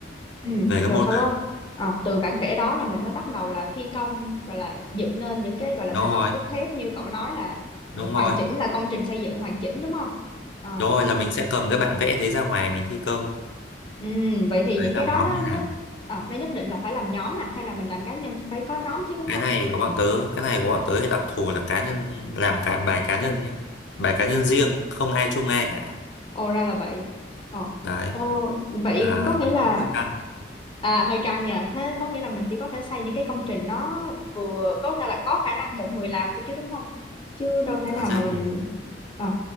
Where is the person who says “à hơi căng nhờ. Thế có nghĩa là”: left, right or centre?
Left